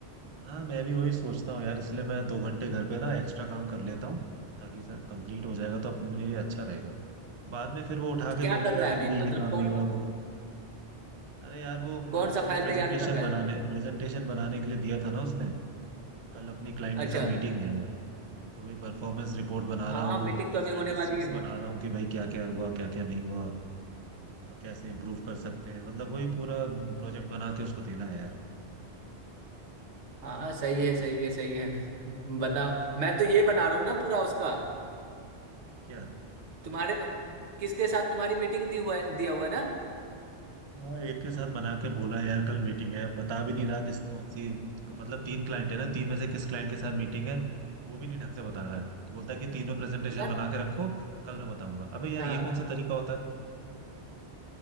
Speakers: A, on the right; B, on the right.
A: हाँ मैं भी वही सोचता हूँ यार इसलिए मैं दो घंटे घर पे ना एक्स्ट्रा काम कर लेता हूँ ताकि सर कंप्लीट हो जाएगा तो अपने लिए अच्छा रहेगा बाद में फिर वो उठा के
B: क्या
A: बोलेगा
B: कर रहा
A: कि
B: है अभी
A: भाई
B: मतलब
A: ये काम नहीं
B: कौन
A: हुआ वो हुआ। अरे यार वो वो
B: कौन सा
A: कुछ
B: फाइल
A: प्रेजेंटेशन
B: तैयार कर रहा
A: बनाने
B: है
A: प्रेजेंटेशन बनाने के लिए दिया था ना उसने कल अपनी क्लाइंट के
B: अच्छा
A: साथ मीटिंग है यार तो भाई परफॉर्मेंस रिपोर्ट बना
B: हाँ
A: रहा हूँ
B: मीटिंग तो अभी
A: स्टैटिस्टिक्स
B: होने वाली है
A: बना रहा हूँ कि भाई क्या क्या हुआ क्या क्या नहीं हुआ तो कैसे इम्प्रूव कर सकते हैं मतलब वही पूरा प्रोजेक्ट बना के उसको देना है यार
B: हाँ सही है सही है सही है बताओ मैं तो ये बना रहा हूँ ना पूरा उसका
A: क्या
B: तुम्हारे किसके साथ तुम्हारी मीटिंग दी हुआ है दिया हुआ है ना
A: हाँ एक के साथ बना के बोला यार कल मीटिंग है बता भी नहीं रहा किस कौन सी मतलब तीन क्लाइंट है ना तीन में से किस क्लाइंट के साथ मीटिंग है वो भी नहीं ढंग से बता रहा है बोलता है कि तीनों प्रेजेंटेशन
B: यार
A: बना के रखो कल मैं बताऊंगा अबे यार
B: हाँ
A: ये कौन सा तरीका होता है